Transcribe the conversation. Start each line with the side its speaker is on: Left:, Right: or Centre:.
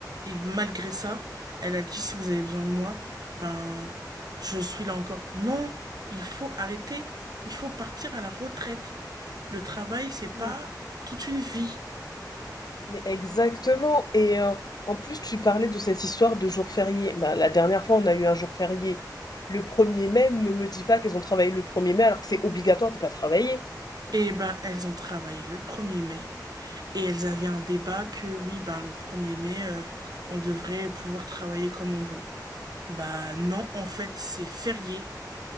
Right: Et malgré ça, elle a dit, si vous avez besoin de moi, ben, je suis là encore. Non, il faut arrêter. Il faut partir à la retraite. Le travail, c'est pas
Left: Mm.
Right: toute une vie.
Left: Mais exactement. Et euh, en plus, tu parlais de cette histoire de jour férié. Bah, la dernière fois, on a eu un jour férié. Le premier mai, ne me dis pas qu'elles ont travaillé le premier mai alors que c'est obligatoire de pas travailler.
Right: Et ben, elles ont travaillé le premier mai. Et elles avaient un débat que oui, ben le premier mai, euh, on devrait pouvoir travailler comme on veut. Bah non, en fait, c'est férié.